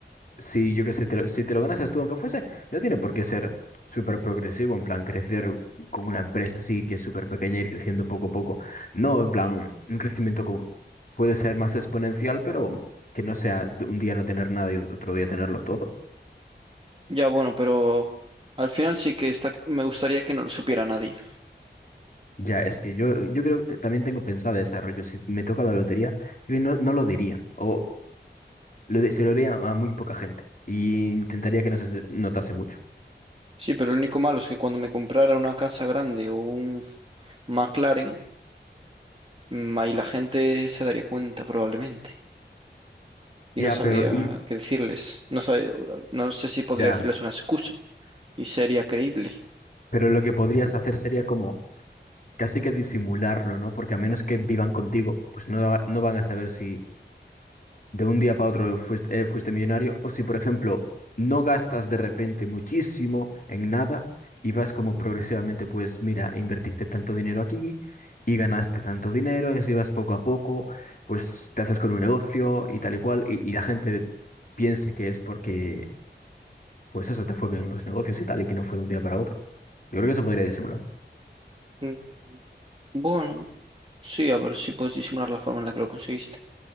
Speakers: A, on the left (about 50°); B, on the right (about 30°).
A: si yo qué sé, te lo- si te lo ganas tú, aunque fuese, no tiene por qué ser súper progresivo, en plan, crecer con una empresa así que es súper pequeña y ir creciendo poco a poco. No, en plan, un crecimiento como puede ser más exponencial, pero que no sea de un día no tener nada y otro día tenerlo todo.
B: ya bueno, pero al final sí que está, me gustaría que no lo supiera nadie.
A: Ya, es que yo, yo creo que también tengo pensado ese rollo. Si me toca la lotería, creo que no, no lo diría. O lo de- se lo diría a muy poca gente. Y intentaría que no se notase mucho.
B: Sí, pero lo único malo es que cuando me comprara una casa grande o un F- McLaren, mm, ahí la gente se daría cuenta probablemente y
A: Ya,
B: no sabría
A: pero, y-
B: qué decirles. No sé, no sé si podría
A: ya,
B: decirles una excusa y sería creíble.
A: pero lo que podrías hacer sería como casi que disimularlo, ¿no? Porque a menos que vivan contigo, pues no, va- no van a saber si, de un día para otro fuiste, eh, fuiste millonario, o si, por ejemplo, no gastas de repente muchísimo en nada y vas como progresivamente, pues mira, invertiste tanto dinero aquí y ganaste tanto dinero y así vas poco a poco, pues te haces con un negocio y tal y cual, y, y la gente piense que es porque, pues eso, te fue bien en los negocios y tal, y que no fue de un día para otro. Yo creo que eso podría disimular.
B: Mm, Bueno, sí, a ver si puedes disimular la forma en la que lo conseguiste.